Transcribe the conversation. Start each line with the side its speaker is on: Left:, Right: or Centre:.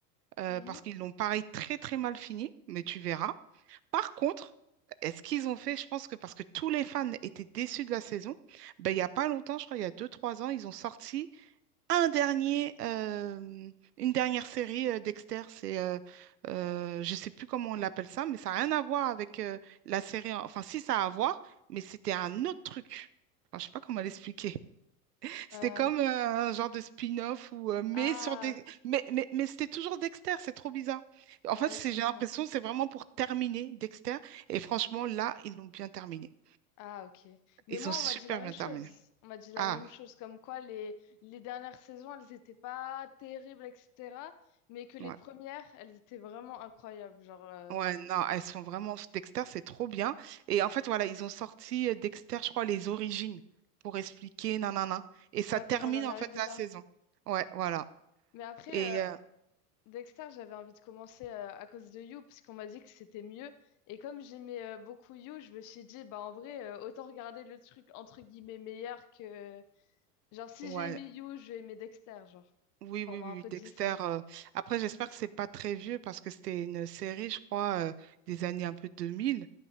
Right: euh,
Left: Mhm.
Right: parce qu'ils l'ont pareil très très mal fini, mais tu verras. Par contre, est-ce qu'ils ont fait, je pense que parce que tous les fans étaient déçus de la saison, ben, il n'y a pas longtemps, je crois, il y a deux trois ans, ils ont sorti un dernier, euh, une dernière série euh, Dexter. C'est, euh, euh, je sais plus comment on l'appelle ça, mais ça n'a rien à voir avec euh, la série. en- Enfin, si, ça a à voir, mais c'était un autre truc. Enfin, je sais pas comment l'expliquer. C'était
Left: Euh,
Right: comme euh, un genre de spin-off ou euh, mais
Left: ah,
Right: sur des mais mais, mais c'était toujours Dexter, c'est trop bizarre. En
Left: ouais,
Right: fait, c'est
Left: je comprends.
Right: j'ai l'impression que c'est vraiment pour terminer Dexter et franchement là, ils l'ont bien terminé.
Left: Ah, ok. Mais
Right: Ils
Left: moi,
Right: ont super
Left: on m'a dit la même
Right: bien
Left: chose.
Right: terminé.
Left: On m'a dit la
Right: Ah,
Left: même chose, comme quoi les, les dernières saisons, elles n'étaient pas terribles, etc. Mais que les
Right: ouais.
Left: premières, elles étaient vraiment incroyables. Genre, euh,
Right: Ouais, non, elles sont vraiment Dexter, c'est trop bien et en fait voilà, ils ont sorti euh, Dexter, je crois les origines pour expliquer nanana et ça
Left: ouais,
Right: termine
Left: comment on en
Right: en
Left: est arrivé
Right: fait la
Left: là.
Right: saison. Ouais, voilà.
Left: Mais après,
Right: Et
Left: euh,
Right: euh,
Left: Dexter, j'avais envie de commencer euh, à cause de You, parce qu'on m'a dit que c'était mieux. Et comme j'aimais euh, beaucoup You, je me suis dit, bah en vrai, euh, autant regarder le truc entre guillemets meilleur que... Genre, si
Right: ouais,
Left: j'ai aimé You, je vais aimer Dexter, genre.
Right: Oui,
Left: Enfin,
Right: oui,
Left: on
Right: oui,
Left: m'a un peu
Right: oui, Dexter.
Left: dit ça.
Right: euh, Après, j'espère que c'est pas très vieux parce que c'était une série, je crois, euh, des années un peu 2000.